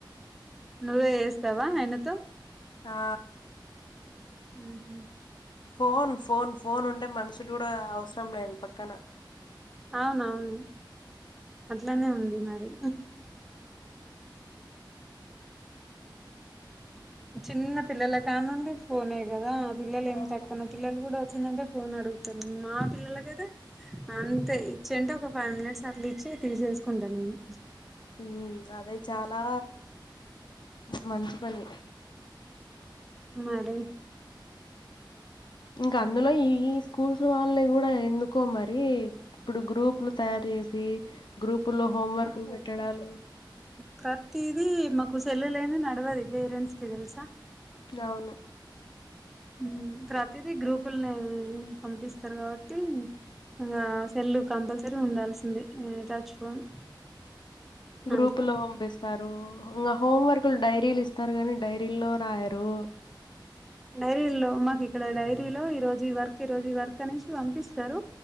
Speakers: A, in the centre; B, on the left.
A: నువ్వే ఎస్తావా ఆయినతో
B: ఆ
A: ఉహు
B: ఫోన్ ఫోన్ ఫోన్ ఉంటే మన్షులుడా అవ్స్రం లేదు పక్కన
A: అవునవును అట్లానే ఉంది మరి చిన్న పిల్లల కానుండి ఫోనే గదా ఆ పిల్లలు ఏం
B: అవును
A: తక్కున పిల్లలు గూడా ఒచ్చిందంటే ఫోన్ అడుగుతారు మా పిల్లలకైతే అంతే ఇచ్చుంటే ఒక ఫైవ్ మినిట్స్ అట్లా ఇచ్చి తీసేస్కుంటా నేను
B: ఉమ్ అదే చాలా మంచి పని
A: మరి
B: ఇంకా అందులో ఈ ఈ స్కూల్స్ వల్లే గూడా ఎందుకో మరి ఇప్పుడు గ్రూపులు తయారు ఎసి గ్రూపుల్లో హోంవర్క్లు పెట్టడాలు
A: ప్రత్తీది మాకు సెల్లు లేన్ది నడ్వది పేరెంట్స్ కి తెల్సా
B: అవును
A: ఉమ్ ప్రతిదీ గ్రూపుల్నే పంపిస్తారు కావట్టి ఇగా సెల్లు కంపల్సరీ ఉండాల్సిందే ఉ టచ్ ఫోన్
B: గ్రూపు
A: అట్లా
B: లో వంపిస్తారూ ఇంగా హోమ్ వర్క్లు డైరీలు ఇస్తారు గాని డైరీ ల్లో రాయారు
A: డైరీల్లో మాకు ఇక్కడ డైరీలో ఈ రోజు ఈ వర్క్ ఈ రోజు ఈ వర్క్ అనేసి వంపిస్తారు